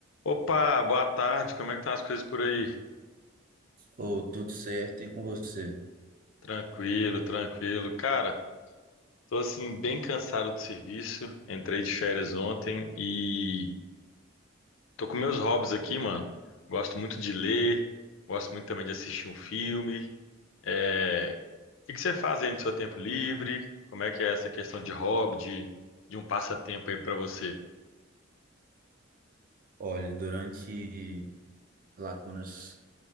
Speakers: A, on the left; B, on the right.
A: Opa, boa tarde. Como é que estão as coisas por aí?
B: Ou tudo certo e com você?
A: Tranquilo, tranquilo. Cara, tô assim bem cansado do serviço. Entrei de férias ontem e tô com meus hobbies aqui, mano. Gosto muito de ler, gosto muito também de assistir um filme. É... O que que você faz aí no seu tempo livre? Como é que é essa questão de hobby, de, de um passatempo aí pra você?
B: Olha, durante lacunas,